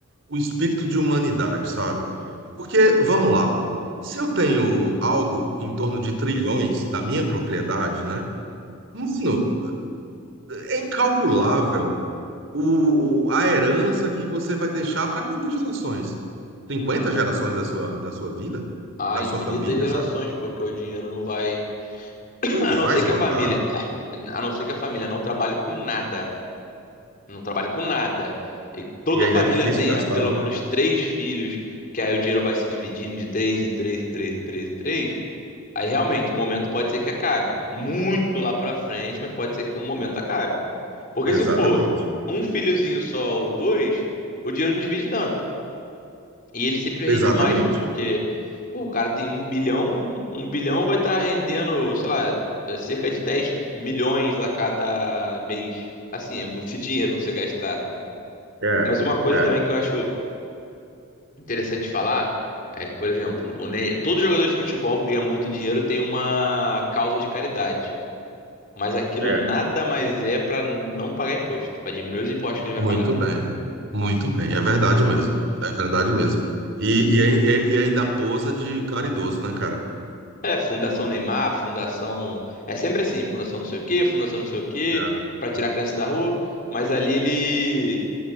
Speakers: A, on the right (about 55°); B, on the left (about 40°).
A: o espírito de humanidade, sabe? Porque, vamos lá, se eu tenho algo em torno de trilhões da minha propriedade, né? Mano, é é incalculável o, o- a herança que você vai deixar para quantas gerações? 50 gerações da sua, da sua vida,
B: Há
A: da
B: infinitas
A: sua família,
B: gerações,
A: sabe?
B: porque o dinheiro não vai
A: Não
B: A não
A: vai
B: ser
A: esgotar.
B: que a família, a não ser que a família não trabalhe com nada, não trabalhe com nada, e toda
A: E ainda
B: a família
A: é difícil
B: tenha
A: gastar,
B: pelo
A: viu?
B: menos três filhos, que aí o dinheiro vai se dividindo de três em três em três em três em três, aí realmente o momento pode ser que acabe. Muito lá pra frente, mas pode ser que um momento acabe. Porque
A: Exatamente.
B: se for um filhozinho só ou dois, o dinheiro não divide tanto. E ele sempre
A: Exatamente.
B: rende mais, porque, pô, o cara tem um bilhão, um bilhão vai estar rendendo, sei lá, é cerca de 10 milhões a cada mês. Assim, é muito <laughs> dinheiro pra você gastar.
A: É,
B: Mas uma coisa
A: é,
B: também que eu acho interessante falar é que, por exemplo, o Ney- todo jogador de futebol que ganha muito dinheiro tem uma causa de caridade. Mas aquilo
A: é.
B: nada mais é pra não pagar imposto, pra diminuir os impostos que ele vai
A: Muito
B: pagar.
A: bem. Muito bem. É verdade mesmo. É verdade mesmo. E, e, ai- e ainda posa de caridoso, né, cara?
B: É, Fundação Neymar, Fundação. É sempre assim, Fundação não sei o quê, Fundação não sei o quê,
A: É,
B: pra tirar a criança da rua. Mas ali ele